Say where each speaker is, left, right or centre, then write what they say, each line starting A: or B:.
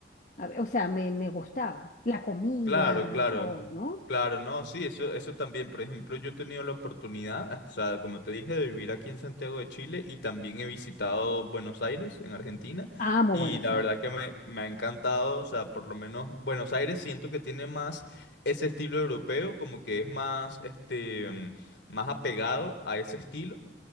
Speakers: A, on the left; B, on the left.
A: A ver, O sea, me, me gustaba la comida,
B: Claro, claro,
A: todo, ¿no?
B: claro, no, sí, eso, eso también. Por ejemplo, yo he tenido la oportunidad, o sea, como te dije, de vivir aquí en Santiago de Chile y también he visitado Buenos Aires, en Argentina,
A: Amo
B: y
A: Buenos
B: la
A: Aires.
B: verdad que me, me ha encantado, o sea, por lo menos Buenos Aires siento que tiene más ese estilo europeo, como que es más, este, mm, más apegado a ese estilo.